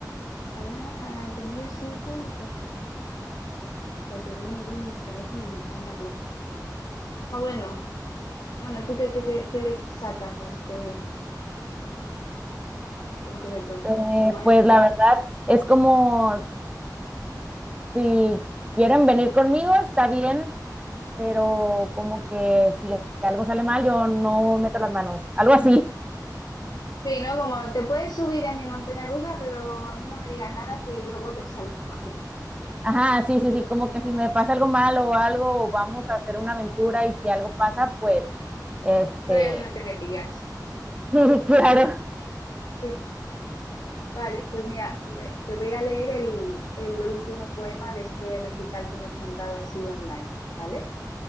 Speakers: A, on the left (about 65°); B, on the right (about 15°).
A: Ah, ah, ante medio siglo, no, pues, hasta que vine yo y me instalé con mi montaña rusa. Ah, bueno, bueno, ¿tú qué, qué, qué, qué le sacas a este en concreto?
B: Eh,
A: Como es...
B: pues la verdad es como si quieren venir conmigo, está bien, pero como que si algo sale mal, yo no meto las manos, algo así.
A: Sí, ¿no? Como te puedes subir en mi montaña rusa, pero a mí no me digas nada si luego te <laughs> sale mal.
B: Ajá,
A: Sí,
B: sí, sí,
A: sí.
B: sí, como que si me pasa algo malo o algo, vamos a hacer una aventura y si algo pasa, pues, este,
A: Vaya dónde te metías,
B: <laughs> sí,
A: ¿no?
B: claro,
A: Sí. Vale, pues mira, me- te voy a leer el, el último poema de este recital que hemos montado así online, ¿vale?